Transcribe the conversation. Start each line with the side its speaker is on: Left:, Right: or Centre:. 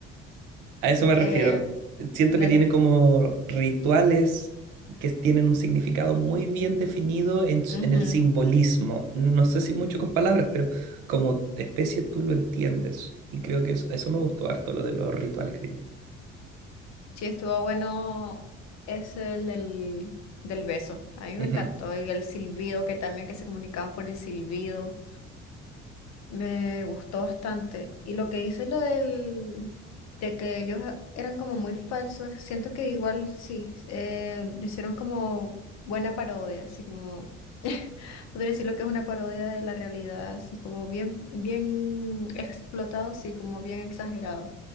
Right: A eso me
Left: Eh,
Right: refiero. Siento
Left: claro.
Right: que tiene como rituales que tienen un significado muy bien definido en, s-
Left: Ujú.
Right: en el simbolismo. No sé si mucho con palabras, pero como especie tú lo entiendes. Y creo que eso, eso me gustó harto, lo de los rituales que tiene.
Left: Sí, estuvo bueno es el del, del beso. A mí
Right: Ujú,
Left: me encantó. Y el silbido, que también que se comunicaban por el silbido. Me gustó bastante. Y lo que hizo lo del, de que ellos eran como muy falsos, siento que igual sí, eh, lo hicieron como buena parodia, así como, <laughs> podría decir lo que es una parodia de la realidad, así como bien, bien explotado, así como bien exagerado.